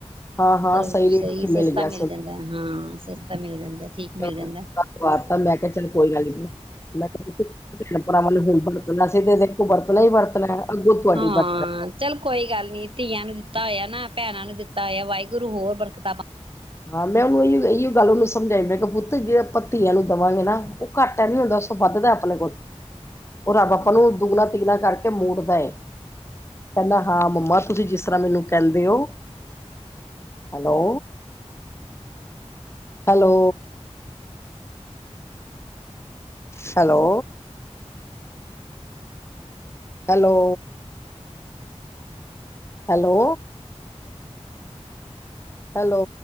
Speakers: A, on the left; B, on the right.
A: ਹਾਂ ਹਾਂ
B: ਮਤਲਬ
A: ਰੇਟ
B: ਸਹੀ
A: ਚ
B: ਸਸਤਾ
A: ਗਿਆ
B: ਮਿਲ ਜਾਂਦਾ ਹਾਂ ਸਸਤਾ ਮਿਲ ਜਾਂਦਾ। ਠੀਕ
A: <unintelligible>
B: ਮਿਲ ਜਾਂਦਾ
A: ਤਾ ਮੈਂ ਕਿਹਾ ਚਲ ਕੋਈ ਗੱਲ ਨੀ ਮੈਂ ਕਿਹਾ ਭੈਣਾ ਭਰਾਵਾਂ ਨੂੰ ਬਰਤਣਾ ਅਸੀਂ ਤੇ ਦੇਖੋ ਵਰਤਣਾ ਹੀ ਵਰਤਣਾ, ਅੱਗੋਂ ਤੁਹਾਡੀ
B: ਹਾਂ
A: ਵਰਤ
B: ਚੱਲ ਕੋਈ ਗੱਲ ਨੀ ਧੀਆਂ ਨੂੰ ਦਿੱਤਾ ਹੋਇਆ ਨਾ ਭੈਣਾਂ ਨੂੰ ਦਿੱਤਾ। ਤਾ ਵਾਹਿਗੁਰੂ ਹੋਰ ਬਰਕਤਾ ਪਾਂ
A: ਮੈਂ ਉਹਨੂੰ ਐਈਓ ਆਈਓ ਗੱਲ ਉਹਨੂੰ ਸਮਝਾਈ ਮੈਂ ਕਿ ਪੁੱਤ ਜੇ ਆਪਾਂ ਧੀਆਂ ਨੂੰ ਦੇਵਾਂਗੇ ਨਾ ਉਹ ਘਾਟਾ ਨੀ ਹੁੰਦਾ ਸੋ ਵੱਧਦਾ ਆਪਣੇ ਕੋਲ ਉਹ ਰੱਬ ਆਪਾਂ ਨੂੰ ਦੁਗਣਾ ਤੀਗਣਾ ਕਰਕੇ ਮੋੜਦਾ ਏ ਕਹਿੰਦਾ ਹਾਂ ਮੰਮਾ ਤੁਸੀਂ ਜਿਸ ਤਰ੍ਹਾਂ ਮੈਨੂੰ ਕਹਿੰਦੇ ਹੋ hello hello, hello, hello, hello, hello,